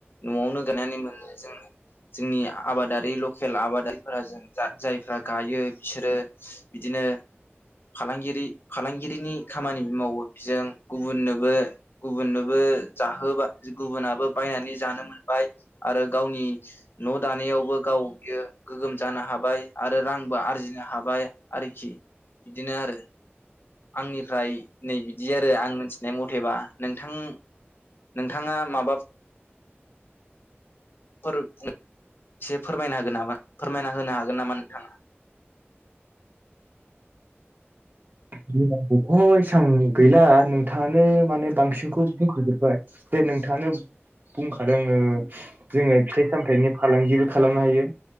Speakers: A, on the left (about 55°); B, on the right (about 45°).
A: न'आवनो गायनानै मोनो जोंङो जोंनि आबादारि लकेल आबादारि फोरा जों जा जायफ्रा गायो बिसोरो बिदिनो फालांगिरि फालांगिरिनि खामानि मावो जों गुबुननोबो गुबुननो बो जाहोबा गुबुनाबो बायनानै जानो मोनबाय आरो गावनि न' दानायावबो गाव बियो गोग्गोम जानो हाबाय आरो रांबो आरजिनो हाबाय आरोखि बिदिनो आरो। आंनिफ्राय नै बिदि आरो आं मिथिनाय मथेबा नोंथां नोंथाङा माबा <unintelligible> एसे फोरमायनो हागोन नामा फोरमायना होनो हागोन नामा नोंथाङा?
B: <unintelligible> गैला नोंथाङानो माने बांसिनखौ बुंखजोबबाय जे नोंथाङानो बुंखादों जोङो फिथाइ सामथायाइनि फालांगिबो खालामनो हायो